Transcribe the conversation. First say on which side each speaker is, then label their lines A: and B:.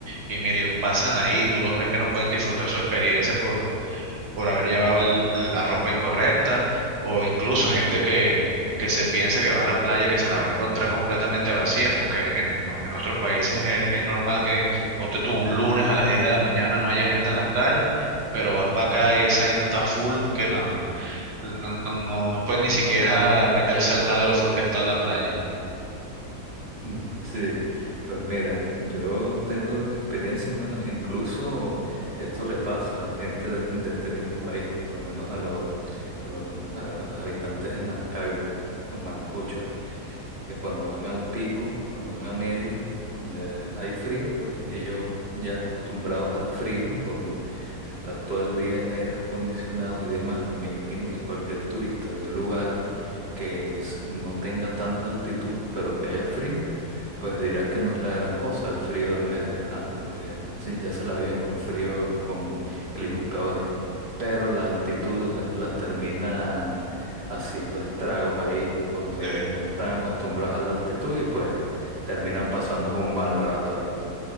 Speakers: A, on the right; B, on the right.
A: Y mire, pasan ahí, tú los ves que no pueden disfrutar su experiencia por por haber llevado el- la ropa incorrecta, o incluso gente que, que se piensa que va a las playas que se la va a encontrar completamente vacías, porque en, en otros países es, es normal que ponte tú un lunes a las 10 de la mañana no haya gente en las playas, pero vas para acá y esa vaina está full que no, no, no, no, no pueden ni siquiera meterse al mar de lo full que está la playa.
B: Mm, Sí, pues mira, yo tengo experiencias, bueno, incluso esto le pasa a gente de, de este mismo país, por lo menos a los, a los ara- habitantes de Maracaibo, los maracuchos, que cuando van al pico, cuando van a Mérida, donde hay frío, pues ellos ya acostumbrados al frío por un- estar todo el día en aires acondicionados y demás, y me imagino que cualquier turista de un lugar que es- no tenga tanta altitud, pero que haya frío, pues dirá que no es la gran cosa el frío de Mérida, ajá, porque sí, ya se la viven con fríos, con climas peores, pero la altitud es la que la termina haciendo estragos ahí, porque
A: Sí,
B: no están acostumbrados a la altitud y pues terminan pasando un mal rato ahí.